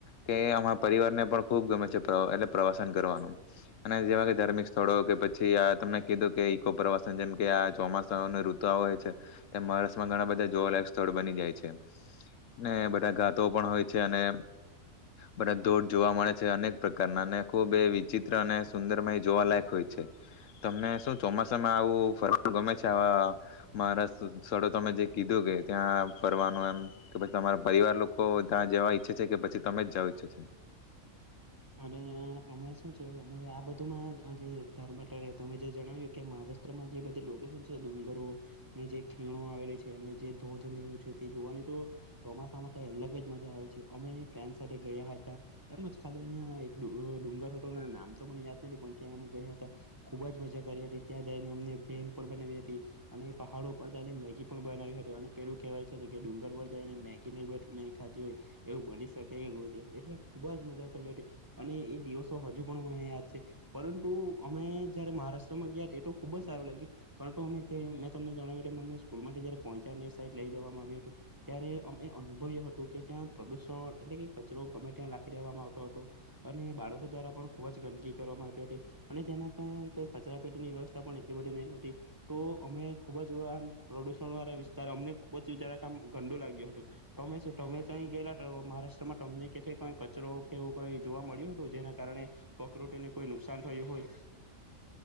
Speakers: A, on the left; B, on the right.
A: કે અમારા પરિવાર ને પણ ખુબ ગમે છે પ્ર એટલે પ્રવાસન કરવાનું અને જેવા કે સ્થળો કે પછી આ તમને કીધું કે ઈકો પ્રવાસન જેમ કે આ ચોમાસાની ઋતુ આવે છે મહારાષ્ટ્રમાં ઘણા બધા જોવાલાયક સ્થળ બની જાય છે ને બધા ઘાતો પણ હોય છે અને બધા ધોધ જોવા મળે છે અનેક પ્રકારના અને ખુબ એ વિચિત્ર અને સુંદરમય જોવાલાયક હોય છે તમને શું ચોમાસામાં આવું ફરવાનું ગમે છે આવા મારા સ્થળો તમે જે કીધું કે ત્યાં ફરવાનું એમ કે પછી તમારા પરિવાર લોકો ત્યાં જવા ઈચ્છે છે કે પછી તમે જ જવા ઈચ્છે છે
B: અને અમે શું છે અમે આ બધુંમાં જે <unintelligible> તમે જે જણાવ્યું કે મહારાષ્ટ્રમાં જે બધી લોકેશન છે ડુંગરો ને જે ખીણો આવેલી છે અને જે ધોધ નું છે તે જોવાની તો ચોમાસામાં કઈ અલગ જ મજા આવે છે અમે ફ્રેન્ડસ સાથે ગયા હતા એમજ ખાલી અન્યા એક ડુ ડુંગર હતો ને નામ તો મને યાદ નથી પણ ત્યાં અમે ગયા હતા ખુબ જ મજા કરી હતી ત્યાં જઈને અમને ભેલ પણ બનાવી હતી અને પહાડો પર જઈને મેગી પણ બનાવી હતી અને પેલું કેહેવાય છે ને કે ડુંગર પર જઈને મેગી નહી નહી ખાધી હોય એવું બની શકે <unintelligible> એટલે ખુબ જ મજા અને એ દિવસો હજુ પણ મને યાદ છે પરંતુ અમે જયારે મહારાષ્ટ્રમાં ગયા એ તો ખુબ જ સારું લાગ્યું પરંતુ અમે તે મેં તમને જણાવ્યું એ <unintelligible> સ્કૂલમાંથી જયારે પોઇચા ની સાઈડ લઇ જવામાં આવ્યું હતું ત્યારે અમે અનુભવ્યું હતું કે ત્યાં પ્રદુષણ એટલે કે કચરો ગમે ત્યાં લાખી દેવામાં આવ હતો અને બાળકો દ્વારા પણ ખુબ જ ગંદકી કરવામાં આવી હતી અને તેના કાઈ કોઈ કચરાપેટીની વ્યવસ્થા પણ એટલી બધી નહી હતી ટો અમે ખુબ જ આમ પ્રડુષણ વાળા વિસ્તાર અમને ખુદ વિચાર આવે કે આમ ગંડું લાગ્યું હટુ ટમે શું ટમે ગયેલા તો મહારાષ્ટ્રમાં તમને કઈ ઠેકાણે કચરો એવું કઈ જોવા મળ્યું હતું જેના કારણે પકૃતિને કોઈ નુકસાન થયું હોય